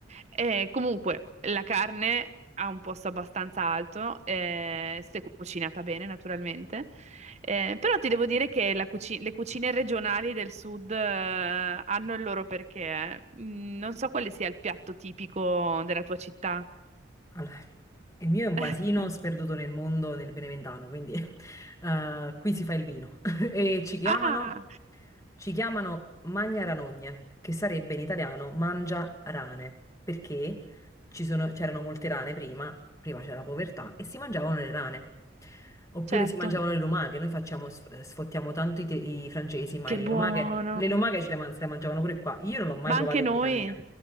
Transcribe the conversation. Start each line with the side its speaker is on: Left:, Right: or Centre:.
Right: Eh, comunque, la carne ha un posto abbastanza alto, eh, se cucinata bene, naturalmente. Eh, però ti devo dire che la cuci- le cucine regionali del sud, eh, hanno il loro perché. eh. Mm, non so quale sia il piatto tipico della tua città.
Left: Allora, il mio è un paesino
Right: <laughs>
Left: sperduto nel mondo, nel Beneventano, quindi <laughs> eh, qui si fa il vino. <laughs> E ci chiamano,
Right: Ah,
Left: ci chiamano Magna Ranogne, che sarebbe in italiano mangia rane, perché ci sono- c'erano molte rane prima, prima c'era la povertà, e si mangiavano le rane. Oppure
Right: certo.
Left: si mangiavano le lumache, noi facciamo, sf- sfottiamo tanto i, te- i francesi, ma
Right: Che
Left: le
Right: buono.
Left: lumache, le lumache ce le, ma- se le mangiavano pure qua. Io non l'ho mai
Right: Ma
Left: provata
Right: anche
Left: in
Right: noi?
Left: vita mia.